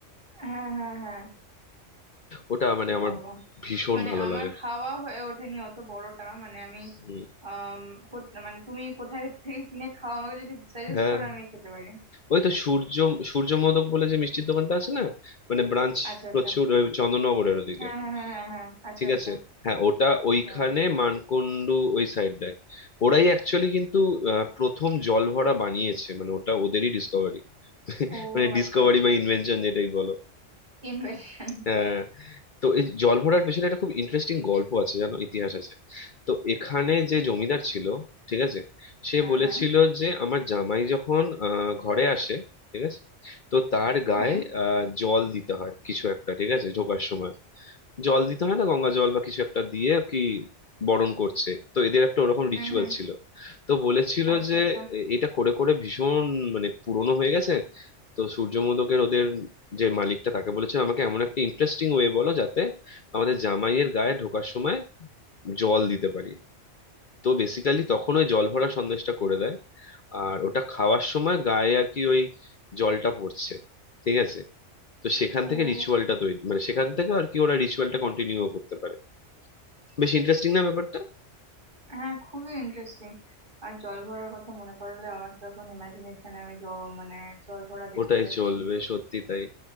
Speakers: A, on the right; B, on the left.
A: হ্যাঁ হ্যাঁ হ্যাঁ
B: ওটা মানে
A: ও
B: আমার
A: বাবা
B: ভীষণ
A: মানে
B: ভালো
A: আমার
B: লাগে
A: খাওয়া হয়ে ওঠেনি অত বড়টা মানে আমি
B: হুম
A: আম, কো- মানে তুমি কোথায় থেকে কিনে খাও আমাকে যদি সাজেস্ট
B: হ্যাঁ
A: করো আমি খেতে পারি
B: ওই তো সূর্য সূর্য মোদক বলে যে মিষ্টির দোকানটা আছে না মানে ব্রাঞ্চ
A: আচ্ছা আচ্ছা
B: প্রচুর ওই চন্দননগরের ওদিকে
A: হ্যাঁ হ্যাঁ হ্যাঁ হ্যাঁ হ্যাঁ আচ্ছা
B: ঠিক
A: আচ্ছা
B: আছে হ্যাঁ ওটা
A: সূর্য
B: ওইখানে
A: মোরগ
B: মানকুণ্ডু ওই সাইডটায় ওরাই অ্যাকচুয়ালি কিন্তু আহ, প্রথম জলভরা বানিয়েছে মানে ওটা ওদেরই ডিসকভারি <laughs>
A: ও
B: মানে ডিসকভারি
A: আচ্ছা আচ্ছা
B: বা ইনভেনশন যেটাই বলো
A: ইনভেশন
B: হ্যাঁ, তো এই জল ভরার পেছনে একটা খুব ইন্টারেস্টিং গল্প আছে জানো ইতিহাস আছে তো এখানে যে জমিদার ছিল ঠিক আছে সে
A: হ্যাঁ
B: বলেছিল
A: হ্যাঁ
B: যে আমার জামাই যখন আহ, ঘরে আসে ঠিক আছে তো তার গায়ে
A: হুম
B: আহ, জল দিতে হয় কিছু একটা ঠিক আছে ঢোকার সময় জল দিতে হয় না গঙ্গা জল বা কিছু একটা দিয়ে কি বরণ করছে তো এদের একটা ওরকম
A: হুম
B: রিচুয়াল
A: হুম
B: ছিল তো বলেছিল
A: আচ্ছা
B: যে
A: আচ্ছা
B: এ- এটা করে করে ভীষণ মানে পুরনো হয়ে গেছে তো সূর্যমোদকের ওদের যে মালিকটা তাকে বলেছিল আমাকে এমন একটা ইন্টারেস্টিং ওয়ে বলো যাতে আমাদের জামাইয়ের গায়ে ঢোকার সময় জল দিতে পারি তো বেসিক্যালি তখন ওই জল ভরা সন্দেশটা করে দেয় আর ওটা খাওয়ার সময় গায়ে আর কি ওই জলটা পড়ছে ঠিক আছে তো সেখান থেকে
A: ও
B: রিচুয়ালটা
A: উম,
B: তৈরি মানে সেখান থেকে আর কি ওরা রিচুয়ালটা কন্টিনিউ করতে পারে বেশ ইন্টারেস্টিং না ব্যাপারটা
A: হ্যাঁ খুবই ইন্টারেস্টিং আর জল ভরার কথা মনে করালে আমার তো এখন ইমাজিনেশন আমি জল মানে জল ভরা দেখতে
B: ওটাই
A: পাচ্ছি
B: চলবে সত্যি তাই